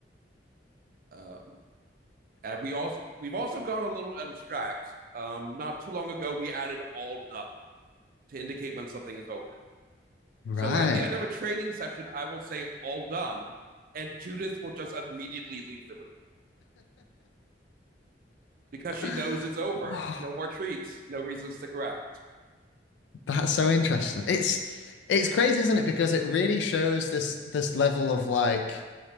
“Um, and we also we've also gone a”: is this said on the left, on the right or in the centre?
Right